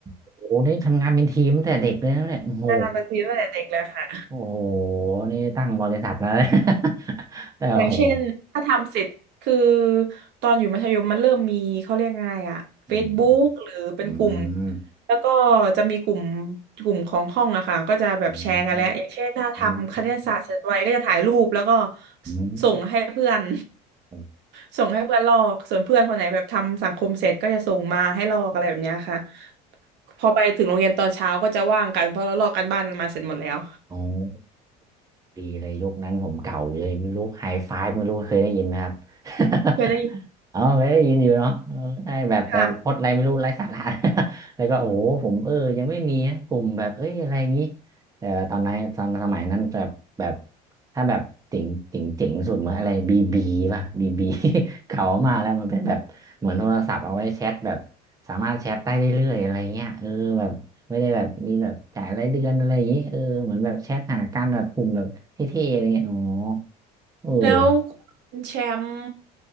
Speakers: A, on the right; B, on the right.
A: อ้โหนี่ทำงานเป็นทีมตั้งแต่เด็กเลยนะเนี่ยโอ้โห
B: อ่าบัญชีตั้งแต่เด็กเลยค่ะ
A: โอ้โหนี่ตั้งบริษัทมาเลย <laughs> แต่โอ้โห
B: อย่างเช่นถ้าทำเสร็จคือตอนอยู่มัธยมมันเริ่มมีเขาเรียกไงอะ
A: อืม
B: Facebook หรือเป็นกลุ่ม
A: อืม
B: แล้วก็จะมีกลุ่มกลุ่มของห้องอะค่ะก็จะแบบแชร์กันแล้วอย่างเช่นถ้าทำคณิตศาสตร์เสร็จไวก็จะถ่ายรูปแล้วก็
A: อืมอืมอืม
B: ส่งให้เพื่อน
A: โ
B: <laughs> ส่งให้เพื่อนลอกส่วนเพื่อนคนไหนแบบทำสังคมเสร็จก็จะส่งมาให้ลอกอะไรแบบเนี้ยค่ะพอไปถึงโรงเรียนตอนเช้าก็จะว่างกันเพราะเราลอกกันบ้านกันมาเสร็จหมดแล้ว
A: อ้โหดีเลยยุคนั้นผมเก่าอยู่เลยไม่รู้ไฮไฟว์ไม่รู้เคยได้ยินไหมครับ <laughs>
B: เพื่อได้ยิน
A: เออไม่ได้ยินอยู่เนาะเออใช่แบบแต่พดอะไรไม่รู้ไร้สาระ
B: ค่ะ
A: <laughs> แล้วก็โอ้โหผมเออยังไม่มีนะกลุ่มแบบเอ้ยอะไรอย่างงี้แต่ตอนนั้นตอนสมัยนั้นแบบแบบถ้าแบบเจ๋งเจ๋งเจ๋งสุดเหมือนอะไรบีบีป่ะบีบี <laughs> เก่ามากแล้วมันเป็นแบบเหมือนโทรศัพท์เอาไว้แชทแบบสามารถแชทได้เรื่อยๆอะไรเงี้ยเออแบบไม่ได้แบบมีแบบจ่ายรายเดือนอะไรอย่างงี้เออเหมือนแบบแชทหากันแบบกลุ่มแบบเท่ๆอะไรเงี้ยอ๋อเออ
B: แล้วคุณแชมป์